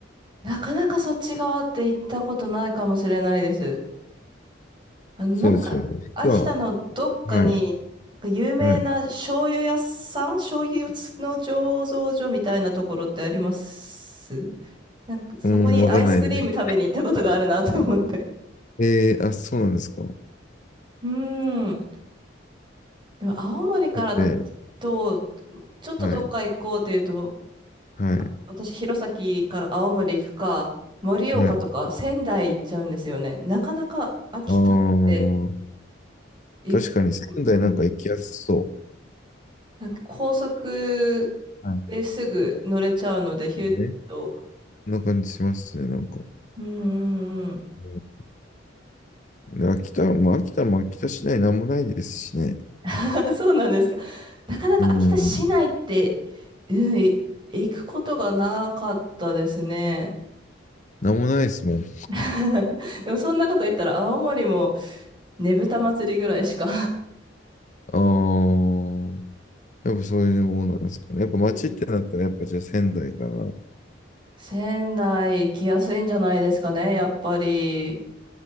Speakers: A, on the right; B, on the left.
A: なかなかそっち側って行ったことないかもしれないです。あの、
B: そうですよね。
A: なんか、秋田のどっかに、
B: 実は、はい、
A: なんか有名な醤油屋さん、
B: はい。
A: 醤油の醸造所みたいなところってありますなんか、そこにアイスクリーム食べに行ったことがあるなと思って。
B: うん、わかんないです。<laughs> えー、あ、そうなんですか。
A: うーん。でも、青森からだ
B: で、
A: と、ちょっとどっか行こうというと、
B: はい、はい、
A: ま、私、弘前から青森行くか、盛岡とか仙台行っちゃうんですよね。
B: はい。
A: なかなか秋田って、
B: ああ、
A: い、
B: 確かに仙台なんか行きやすそ
A: うんなんか高速
B: うはい。
A: ですぐ乗れちゃうので、ヒュッと。
B: う。ね。そんな感じしますね、なんか。
A: うんん。
B: うんで、秋田、まあ、秋田も秋田市内なんもないですしね。
A: <laughs> そうなんですか。なかなか秋田市内って、
B: うん。
A: うん、い行くことがなかったですね。
B: なんもないですもんね。
A: <laughs> でもそんなこと言ったら青森もねぶた祭りぐらいしか。
B: はいああ、やっぱそういうものなんですかね。やっぱ街ってなったら、
A: うん
B: やっぱじゃあ仙台かな。
A: 仙台行きやすいんじゃないですかね、やっぱり。